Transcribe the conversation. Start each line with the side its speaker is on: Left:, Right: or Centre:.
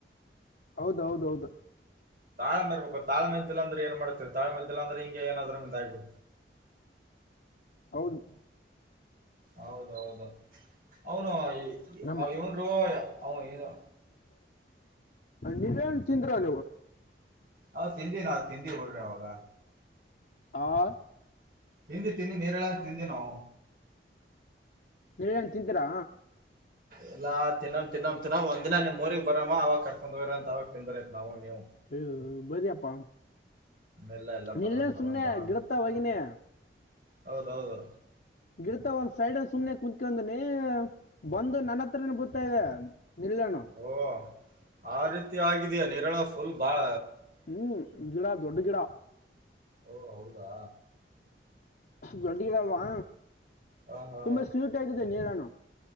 Left: ಹೌದೌದೌದು
Right: ತಾಳ್ಮ ಇರ್ಬೇಕ ತಾಳೆ್ದ ಅಂದ್ರೆ ಏ ಮಾಡ್ತೀ ತಾಳೆ್ದಲ ಅ್ರೆ ಹಿಂಗ ಏನ್ರಂಗ ಆ್ಬು
Left: ಹೌದು
Right: ಹೌದೌದು ಅವನು
Left: ನಮ್ಮ
Right: ಇನು ರೂ ಅವನು ಏನು
Left: ನಿವನ್ ಚಿಂದ್ರವ
Right: ಹ ತಿಿಂದಿ ನಾ ತಿಿಂದಿ ಹೊಡ್ರಿ ಅವಾಗ
Left: ಹಾ
Right: ತಿಿಂದಿ ತಿನ್ನಿ ನೀರೆ ಎಲ್ಲಾ ತಿಿಂದಿನವು
Left: ನೀವ ಏನ್ ತಿಂತೀರಾ
Right: ಎಲ್ಲಾ ತಿನ್ನ್ ತಿನ್ನಮ್ ತಿನ್ನ್ ಒಂದ ದಿನ ನಿಮ್ ಊಗ್ ಬರಮ್ಮ ಅವವಾಗ ಕರ್ಕೊಂಡ್ ಹೋಗರ ಅಂತ ಅವಾಗ ತಿಿಂದರೈತ್ ನಾವು ನೀವು್
Left: ಹ ಬರಿಾಪ್ಪ
Right: ಎಲ್ಲ ಎಲ್ಲ
Left: ನಿಲ್ಲ
Right: ಬರಮ್ ಬರಮ್
Left: ಸುಮ್ನೆ
Right: ಬರಮ್
Left: ಗಿಡತ್ತಾ ಹೋಗಿನಿ
Right: ಹೌದೌದು
Left: ಗಿಡತ ಒಂದ್ ಸೈಡ್ಲ್ಲಿ ಸುಮನೆ ಕುತ್ಕೊಂಡನಿ ಬಂದು ನನ್ನ ಹತ್ರ ಬತ ಇದೆ ನಿಲ್ಲೇಣು
Right: ಓ ಆ ರೀತಿ ಆಗಿದಯ ನೀರಳ ಫುಲ್ ಬಾಳ
Left: ಹ್ಮ್ ಗಡಾ ದೊಡ್ಡ ಗಿಡ
Right: ಓ ಹೌದಾ
Left: ದೊಡ್ಡಗಿರಲ್ವಾ
Right: ಹಾ ಹಾ
Left: ತುಂಬಾ ಸ್ವೀಟ್ ಆಯ್ತದೆ ನೀರಾಣ